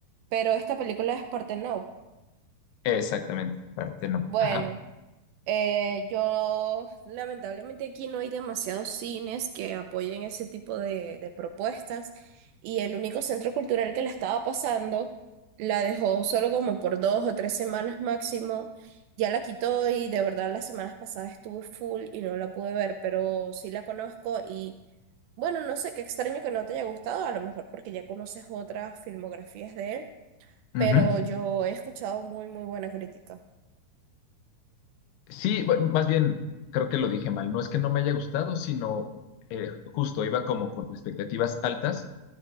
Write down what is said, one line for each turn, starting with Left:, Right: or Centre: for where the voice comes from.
Right: pero esta película es Portnoy.
Left: Exactamente, parte no.
Right: Bueno.
Left: Ajá.
Right: Eh, yo lamentablemente aquí no hay demasiados cines que apoyen ese tipo de, de propuestas y el único centro cultural que la estaba pasando la dejó solo como por dos o tres semanas máximo, ya la quitó y de verdad las semanas pasadas estuve full y no la pude ver, pero sí la conozco y bueno, no sé, qué extraño que no te haya gustado, a lo mejor porque ya conoces otras filmografías de él,
Left: Ujú,
Right: pero
Left: ujú.
Right: yo he escuchado muy, muy buena crítica.
Left: Sí, bueno, más bien, creo que lo dije mal. No es que no me haya gustado, sino eh, justo iba como con expectativas altas